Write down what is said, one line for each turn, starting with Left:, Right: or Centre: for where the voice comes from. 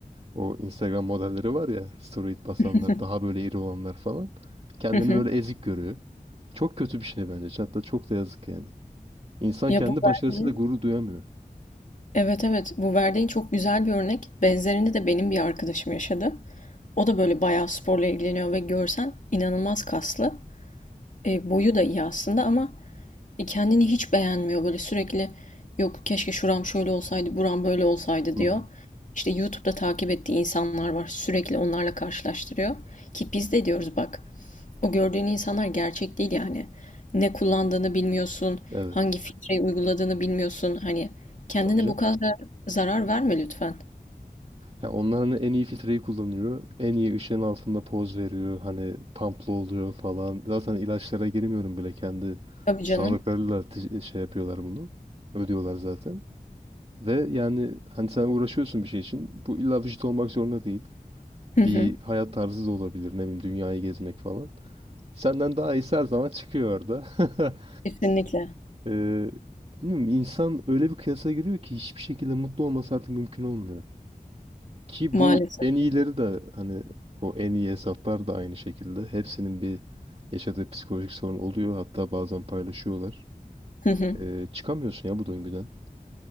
Right: o Instagram modelleri var ya, steroid basanlar,
Left: <laughs>
Right: daha böyle iri olanlar falan. Kendini
Left: Hı hı.
Right: böyle ezik görüyor. Çok kötü bir şey bence. Hatta çok da yazık yani. İnsan
Left: Ya
Right: kendi
Left: bu
Right: başarısıyla
Left: verdiğin,
Right: gurur duyamıyor.
Left: evet evet bu verdiğin çok güzel bir örnek. Benzerini de benim bir arkadaşım yaşadı. O da böyle bayağı sporla ilgileniyor ve görsen inanılmaz kaslı. E, boyu da iyi aslında ama e, kendini hiç beğenmiyor. Böyle sürekli yok keşke şuram şöyle olsaydı, buram böyle olsaydı
Right: Hı
Left: diyor.
Right: hı.
Left: İşte YouTube'da takip ettiği insanlar var. Sürekli onlarla karşılaştırıyor. Ki biz de diyoruz bak O gördüğün insanlar gerçek değil yani. Ne kullandığını bilmiyorsun,
Right: Evet.
Left: hangi filtreyi uyguladığını bilmiyorsun. Hani kendine
Right: Tabii canım.
Left: bu kadar zarar verme lütfen.
Right: Ya onlar hani en iyi filtreyi kullanıyor. En iyi ışığın altında poz veriyor. Hani pamplı oluyor falan. Zaten ilaçlara girmiyorum bile. Kendi
Left: Tabii
Right: sağlıklarıyla
Left: canım.
Right: ti- şey yapıyorlar bunu. Ödüyorlar zaten. Ve yani hani sen uğraşıyorsun bir şey için. Bu illa vücut olmak zorunda değil.
Left: Hı hı.
Right: Bir hayat tarzı da olabilir. Ne bileyim dünyayı gezmek falan. Senden daha iyisi her zaman çıkıyor orada. <laughs>
Left: Kesinlikle.
Right: ee, bilmiyorum insan öyle bir kıyasa giriyor ki hiçbir şekilde mutlu olması artık mümkün olmuyor. Ki
Left: Maalesef.
Right: bu en iyileri de hani o en iyi hesaplar da aynı şekilde. Hepsinin bir yaşadığı psikolojik sorun oluyor. Hatta bazen paylaşıyorlar.
Left: <laughs>
Right: Ee, çıkamıyorsun ya bu döngüden.